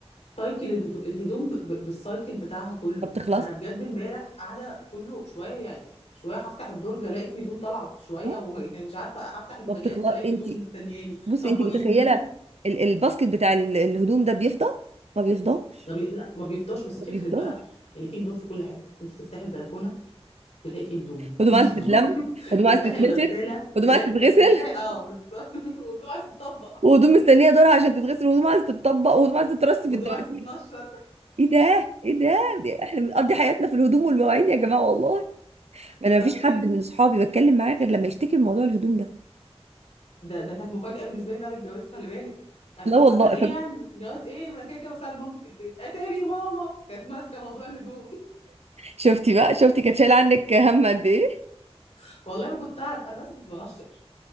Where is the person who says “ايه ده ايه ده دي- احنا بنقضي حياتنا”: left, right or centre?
Right